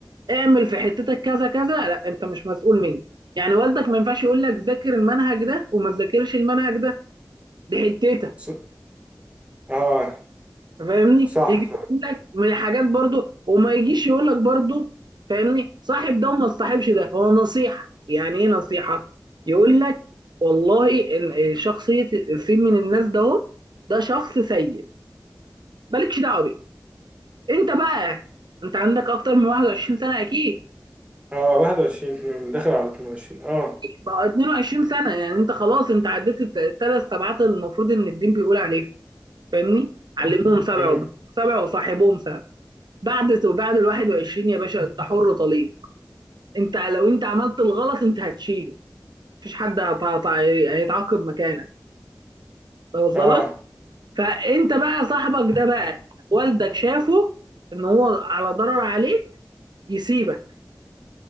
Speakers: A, on the right; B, on the right.
A: اعمل في حتتك كذا كذا لا انت مش مسؤول مني يعني والدك ما ينفعش يقول لك ذاكر المنهج ده وما تذاكرش المنهج ده دي حتتك
B: ص... اه
A: فاهمني
B: صح
A: يجي
B: صح
A: يقول لك من الحاجات برضو وما يجيش يقول لك برضو فاهمني صاحب ده وما تصاحبش ده هو نصيحة يعني ايه نصيحة يقول لك والله إن- شخصية السين من الناس ده هو ده شخص سيء مالكش دعوة بيه انت بقى انت عندك اكتر من 21 سنة اكيد
B: اه 21 اتنين، داخل على 22 اه
A: بقى 22 سنة يعني انت خلاص انت عديت الت- الثلاث سبعات اللي المفروض ان الدين بيقول عليهم فاهمني علموهم سبع
B: مم.
A: وضربوهم سبع وصاحبهم سبع بعد بعد ال 21 يا باشا انت حر طليق انت لو انت عملت الغلط انت هتشيله مفيش حد هتع- هتع- هيتعاقب مكانك واصل
B: اه
A: لك فانت بقى صاحبك ده بقى والدك شافه ان هو على ضرر عليك يسيبك